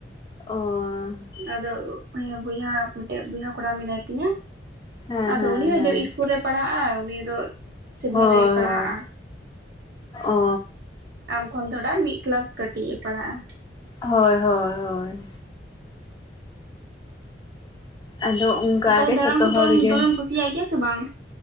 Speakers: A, on the left; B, on the right.
A: ᱳᱻᱻ
B: ᱟᱫᱚ ᱦᱮᱸ ᱵᱚᱭᱦᱟ ᱢᱤᱫᱴᱮᱡ ᱵᱚᱭᱦᱟ ᱠᱚᱲᱟ ᱢᱮᱱᱟᱭ ᱛᱤᱧᱟ
A: ᱦᱮᱸ
B: ᱟᱫᱚ
A: ᱦᱮᱸ
B: ᱩᱱᱤ ᱦᱚᱸ
A: ᱦᱮᱸ
B: ᱡᱮ ᱤᱥᱠᱩᱞ ᱨᱮᱭ ᱯᱟᱲᱦᱟᱜᱼᱟ ᱩᱱᱤ ᱫᱚ ᱥᱮᱵᱷᱮᱱ
A: ᱦᱳᱭ
B: ᱨᱮᱭ ᱯᱟᱲᱦᱟᱜᱼᱟ
A: ᱦᱳᱭ ᱚ
B: ᱟᱢ ᱠᱷᱚᱱ ᱛᱷᱚᱲᱟ ᱢᱤᱫ ᱠᱞᱟᱥ ᱠᱟᱹᱴᱤᱡ ᱮ ᱯᱟᱲᱦᱟᱜᱼᱟ
A: ᱦᱳᱭ ᱦᱳᱭ ᱦᱳᱭ ᱟᱫᱚ ᱚᱱᱠᱟ
B: ᱛᱟᱦᱚᱞᱮ
A: ᱜᱮ
B: ᱫᱟᱬᱟᱱ
A: ᱡᱷᱚᱛᱚ
B: ᱠᱚᱫᱚ
A: ᱦᱚᱲ ᱜᱮ
B: ᱫᱚᱢᱮᱢ ᱠᱩᱥᱤᱭᱟᱜ ᱜᱮᱭᱟ ᱥᱮ ᱵᱟᱝ